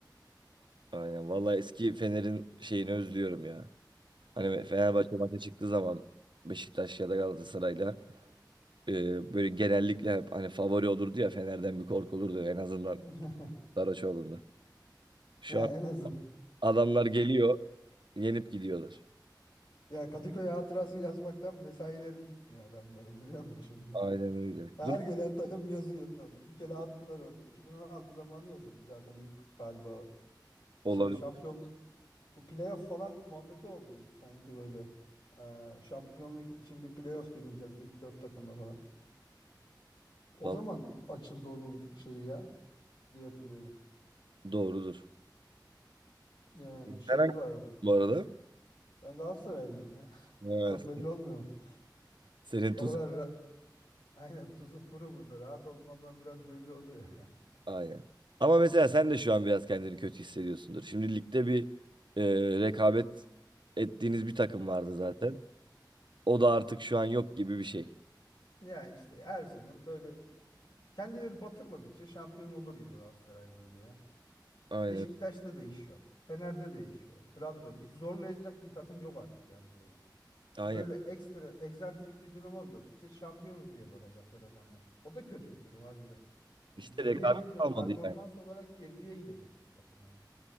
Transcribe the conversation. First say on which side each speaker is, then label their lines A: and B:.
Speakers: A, on the right; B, on the left.
A: Aynen. Vallahi eski Fener'in şeyini özlüyorum ya. Hani Fenerbahçe maça çıktığı zaman Beşiktaş ya da Galatasaray'la e, böyle genellikle hep hani favori olurdu ya Fener'den bir korkulurdu en azından
B: <laughs>
A: Saraçoğlu'nda. Şu
B: Ya
A: an
B: en azın.
A: adamlar geliyor, yenip gidiyorlar.
B: Ya Kadıköy hatırası yazmaktan mesaileri bitmiyor adamların biliyor musun şimdi?
A: Aynen öyle.
B: Her
A: Dur
B: gelen takım yazıyor onu. Bir kere attılar orada. 2016 zamanı yazıldı zaten ilk galiba. o.
A: olabilir.
B: Şey şampiyon Bu playoff falan muhabbeti olduydu sanki böyle. Ee, şampiyonluk için bir playoff deneyeceğiz ilk dört takımla falan. O
A: Vallahi
B: zaman açıldı onun şeyi ya diye hatırlıyorum.
A: Doğrudur.
B: Yani şey
A: Sen hangi
B: vardı.
A: bu arada?
B: Ben Galatasaraylıyım ya. <laughs>
A: Evet.
B: Çok belli olmuyor mu?
A: Senin
B: O
A: tuzun.
B: kadar ra- aynen tuzum kuru burada. Rahat olmamdan biraz belli oluyor. <laughs>
A: Aynen. Ama mesela sen de şu an biraz kendini kötü hissediyorsundur. Şimdi ligde bir e, rekabet ettiğiniz bir takım vardı zaten. O da artık şu an yok gibi bir şey.
B: Yani işte her sezon böyle kendileri batırmadıkça şampiyon olur gibi Galatasaray böyle ya.
A: Aynen.
B: Beşiktaş'ta da iş yok. Fener'de de iş yok. Trabzon. Bir zorlayacak bir takım yok artık yani böyle.
A: Aynen.
B: bir böyle ekstra egzantrik bir durum olmadıkça şampiyonuz diye bakacaklar adamlar. O da kötü bir durum harbiden. Bu
A: İşte
B: geriye
A: rekabet
B: gitme
A: kalmadı
B: performans
A: yani.
B: olarak geriye gidecek takım ya.